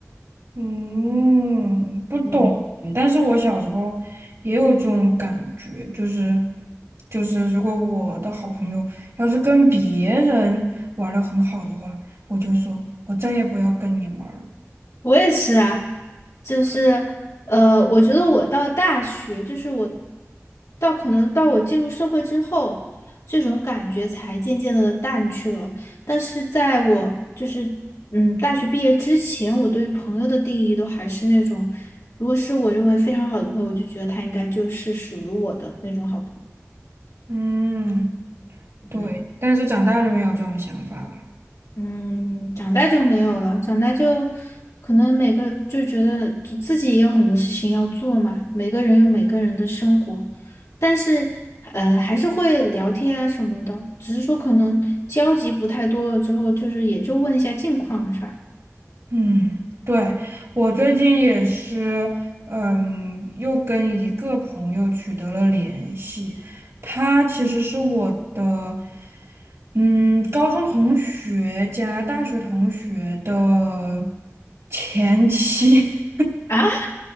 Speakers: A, on the right (about 60°); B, on the left (about 75°).
A: 嗯，不懂哎但是我小时候也有这种感觉，
B: 嗯。
A: 就是就是，如果我的好朋友要是跟别人玩的很好的话，我就说我再也不要跟你玩了。
B: 我也是啊，就是呃，我觉得我到大学，就是我到可能到我进入社会之后，这种感觉才渐渐的淡去了。但是在我就是嗯大学毕业之前，我对于朋友的定义都还是那种，如果是我认为非常好的朋友，我就觉得他应该就是属于我的那种好朋友。
A: 嗯，对。
B: 嗯
A: 但是长大就没有这种想法了。
B: 嗯，长大就没有了，长大就可能每个就觉得就自己也有很多事情要做嘛，每个人有每个人的生活，但是呃还是会聊天啊什么的，只是说可能交集不太多了之后，就是也就问一下近况的事儿
A: 嗯，对，我最近也是，嗯，又跟一个朋友取得了联系。他其实是我的，嗯，高中同学加大学同学的前妻。
B: 啊。